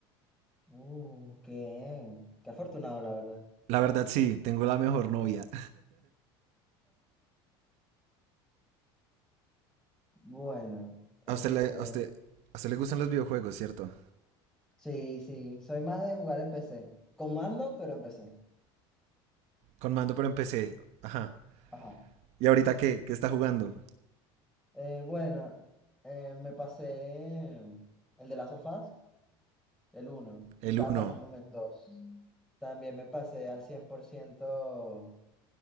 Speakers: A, in the centre; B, on the right.
A: Uh, qué, qué afortunado, la verdad.
B: La verdad sí, tengo la mejor novia.
A: Bueno,
B: <laughs>
A: este,
B: A usted le, a usted, a usted le gustan los videojuegos, ¿cierto?
A: sí, sí, soy más de jugar en PC. Comando, pero en PC.
B: Con mando pero en empecé. Ajá.
A: Ajá.
B: ¿Y ahorita qué? ¿Qué está jugando?
A: Eh, bueno, eh, me pasé mm, el de las sofás, el uno y
B: El
A: estaba
B: uno.
A: pasándome el dos También me pasé al 100%